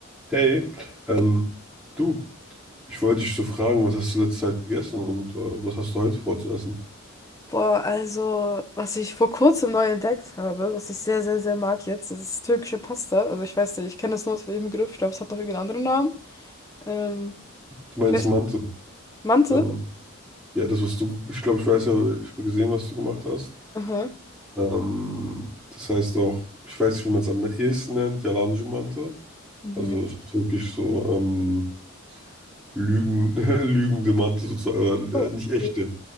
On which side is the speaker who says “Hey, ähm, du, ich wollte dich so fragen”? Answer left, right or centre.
Centre